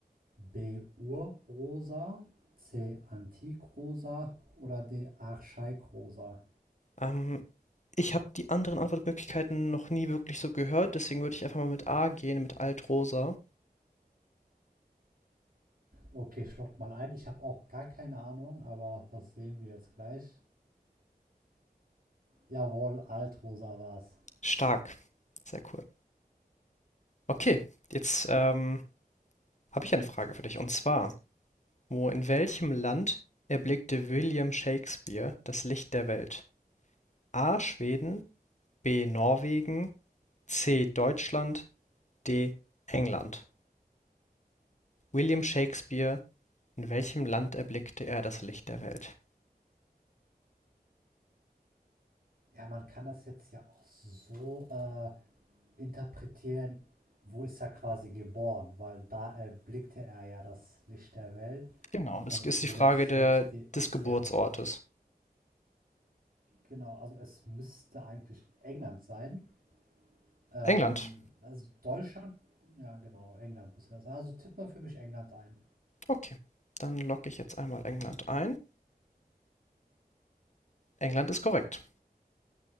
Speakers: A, on the right; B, on the left.
A: B Urrosa, C Antikrosa oder D Archaikrosa.
B: Ähm, ich habe die anderen Antwortmöglichkeiten noch nie wirklich so gehört, deswegen würde ich einfach mal mit A gehen, mit Altrosa.
A: Okay, ich log mal ein. Ich habe auch gar keine Ahnung, aber das sehen wir jetzt gleich. Jawohl, Altrosa war's.
B: Stark. Sehr cool. Okay, jetzt ähm, habe ich eine Frage für dich. Und zwar, wo in welchem Land erblickte William Shakespeare das Licht der Welt? A. Schweden, B. Norwegen, C. Deutschland, D. England: William Shakespeare, in welchem Land erblickte er das Licht der Welt?
A: Ja, man kann das jetzt ja auch so äh, interpretieren, wo ist er quasi geboren, weil da erblickte er ja das Licht der Welt
B: Genau, das
A: und
B: ist die
A: William
B: Frage
A: Shakespeare
B: der
A: ist
B: des Geburtsortes.
A: ja Genau, also es müsste eigentlich England sein. Ähm,
B: England.
A: also Deutschland, ja genau, England müsste das sein. Also tipp mal für mich England ein.
B: Okay, dann logge ich jetzt einmal England ein. England ist korrekt.